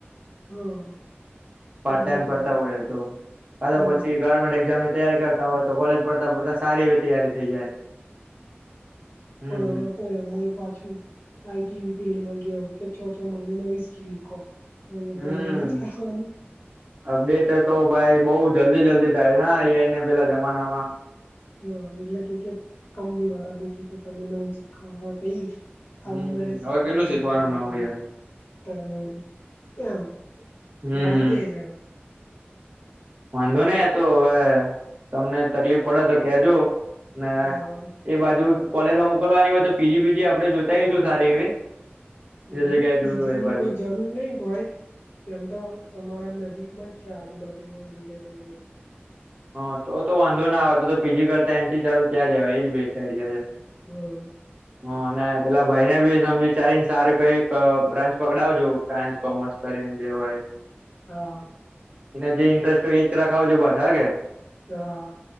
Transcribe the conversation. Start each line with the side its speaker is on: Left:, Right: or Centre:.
Left: હા એ
Right: પાર્ટ ટાઈમ
Left: બી છે
Right: કરતા
Left: હ
Right: હોય તો કાં
Left: હ
Right: તોપછી
Left: હ
Right: ગવર્મેન્ટ એક્ઝામ તૈયારી કરતા હોય તો કોલેજ કરતા કરતા સારી એવી તૈયારી થઈ જાય હમ
Left: પાછુ
Right: હમ
Left: આઈ. ટી. આઈ ફિલ્ડમાં પણ હું નવી સ્કિલપ એ ચાર ચાર મહિને
Right: હમ
Left: ભણ્યા જ કરવાનું
Right: અપડેટ તો ભાઈ બહુ જલદી જલદી થાય અહીં અને પહેલાના જમાનામાં
Left: હા એટલે કે કે કમની વાળા બી કે તમે નવું શીખવા હવે આ
Right: હમ
Left: ઉમરે
Right: હમ
Left: શીખવાનું
Right: હવે કેટલું
Left: નવું ચાલુ
Right: નવું
Left: કર્યું
Right: યાર
Left: તવ એમ
Right: હમ
Left: વાતે
Right: હમ
Left: જા
Right: વાંધો નહી એ તો હવે તમને તકલીફ પડે તો કેજો ના
Left: હા
Right: એ બાજુ કોલેજમાં મોકલવાની હોય તો પીજી બીજી આપડે જોતા ઈશું સારી એવી જે
Left: ના
Right: જગ્યાએ
Left: ના પીજી
Right: જોયું હોય એ
Left: ની
Right: બાજુ
Left: કોઈ જરૂર નઈ હોય એમ તો અમારા નજીકમાં જ છે આજુબાજુમાં રિલેટીવે
Right: હા, તો તો વાંધો ના આવે તો તો પીજી કરતા એ થી તારું ત્યાં જવાય એજ બેસ્ટ. આઇડિયા છે.
Left: હમ
Right: અને પેલા ભાઈ ને બી સમજી વિચારીને સારું કઈક અહ બ્રાન્ચ પકડાવજો સાયન્સ કોમર્સ કરીને જે હોય એ.
Left: હા.
Right: એના જે ઇન્ટરેસ્ટ હોય એ જ રખાવજો બધા કે
Left: ત હા.